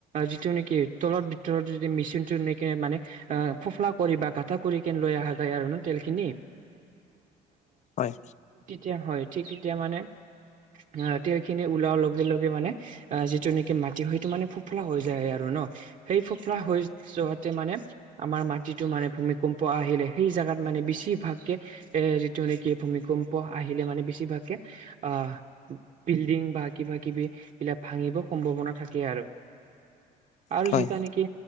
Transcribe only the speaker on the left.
হয় হয়
হয়